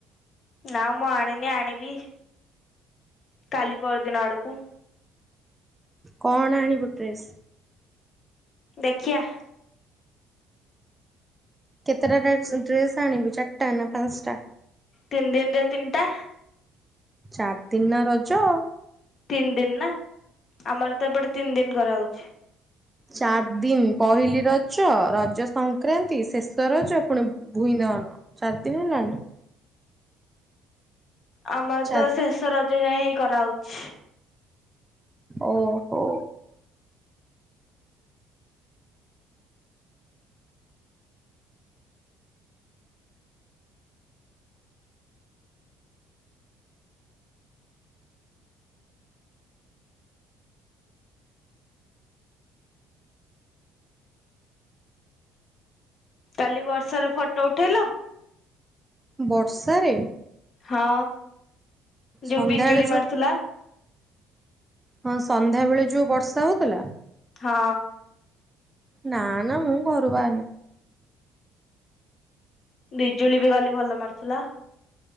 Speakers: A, on the left (about 50°); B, on the right (about 20°).
A: ନା ମୁଁ ଆ ମେନେ ଆଣିବି କାଲି ପାଇଁ ପରଦିନ ଆଡ଼ୁକୁ
B: କଣ ଆଣିବୁ ଡ୍ରେସ୍?
A: ଦେଖିଆ
B: କେତେଟା ଟା ଡ୍ରେସ୍ ଆଣିବୁ ଚାରିଟା ନାଁ ପାଁଶଟା?
A: ତିନି ଦିନିରେ ତିନିଟା।
B: ଚାରି ଦିନ ରଜ।
A: ତିନି ଦିନ ନାଁ ଆମର ତ ଏପଟେ ତିନି ଦିନ କରାହଉଛି।
B: ଚାର ଦିନ ପହିଲି ରଜ ରଜ ସଂକ୍ରାନ୍ତି ଶେଷ ରଜ ପୁଣି ଭୁଇଁଦହନ। ଚାରି ଦିନ ହେଲାନି?
A: ଆମର
B: ଚାର
A: ତ ଶେଷ ରଜ ଯାଏଁ ହେ କରାହଉଛି।
B: ଓହୋ।
A: କାଲି ବର୍ଷାରେ ଫଟ ଉଠେଇଲ?
B: ବର୍ଷାରେ
A: ହଁ। ଯୋଉ
B: ସନ୍ଧ୍ୟାବେଳେ
A: ବିଜୁଳି
B: ଯୋଉ
A: ମାରଥିଲା।
B: ହଁ ସନ୍ଧ୍ୟା ବେଳେ ଯୋଉ ବର୍ଷା ହଉଥିଲା
A: ହଁ
B: ନାନା ମୁ ଘରୁ ବାହାରୁନି
A: ବିଜୁଳି ବି ଗାଲି ଭଲ ମାରୁିଥିଲା।